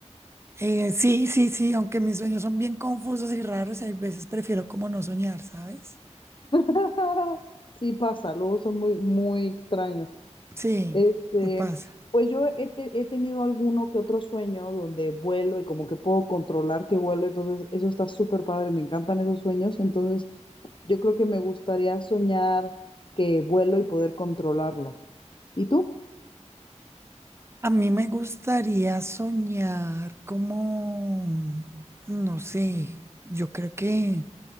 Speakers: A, on the right (about 20°); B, on the left (about 45°).
A: Eh, sí, sí, sí, aunque mis sueños son bien confusos y raros, hay veces prefiero como no soñar, ¿sabes?
B: <laughs> Sí pasa, luego son muy, muy extraños.
A: Sí,
B: Este,
A: me pasa.
B: pues yo he, te- he tenido alguno que otro sueño donde vuelo y como que puedo controlar que vuelo, entonces eso está súper padre, me encantan esos sueños, entonces yo creo que me gustaría soñar que vuelo y poder controlarlo. ¿Y tú?
A: A mí me gustaría soñar como, no sé, yo creo que